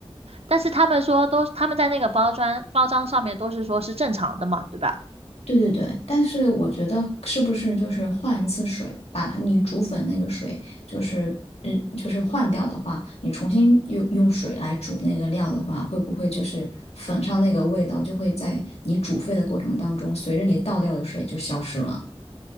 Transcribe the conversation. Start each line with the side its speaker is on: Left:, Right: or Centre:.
Right: 但是他们说都，他们在那个包装包装上面都是说是正常的嘛，对吧？
Left: 对对对，但是我觉得是不是就是换一次水，把它你煮粉那个水，就是嗯，就是换掉的话，你重新用用水来煮那个料的话，会不会就是粉上那个味道就会在你煮沸的过程当中，随着你倒掉的水就消失了？